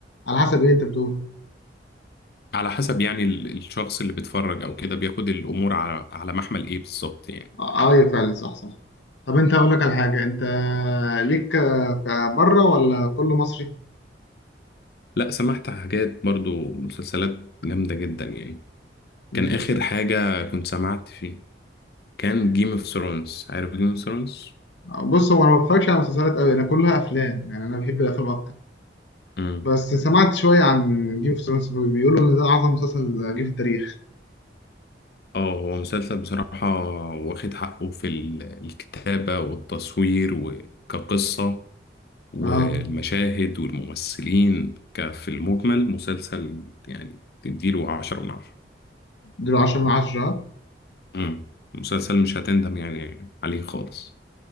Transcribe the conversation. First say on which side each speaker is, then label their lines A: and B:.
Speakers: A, on the left; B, on the left.
A: على حسب ايه انت بتقول
B: على حسب يعني ال- الشخص اللي بيتفرج او كده بياخد الامور على على محمل ايه بالظبط يعني
A: اه آه، فعلا صح صح طب انت اقول لك على حاجه انت ليك آه، في بره ولا كله مصري
B: لا سمعت حاجات برضو مسلسلات جامدة جدا يعني
A: المسلسل
B: كان آخر حاجة كنت سمعت فيه كان جيم اوف ثرونز عارف جيم اوف ثرونز؟
A: بص هو انا ما بتفرجش على مسلسلات قوي انا كلها افلام يعني انا بحب الافلام اكتر
B: امم
A: بس سمعت شويه عن جيم اوف ثرونز بيقولوا ان ده اعظم مسلسل جه في التاريخ
B: اه هو مسلسل بصراحة واخد حقه في ال- الكتابة والتصوير وكقصة والمشاهد
A: اه
B: والممثلين ك- في المجمل مسلسل يعني تديله عشرة من عشرة
A: دول 10 من 10
B: امم مسلسل مش هتندم يعني عليه خالص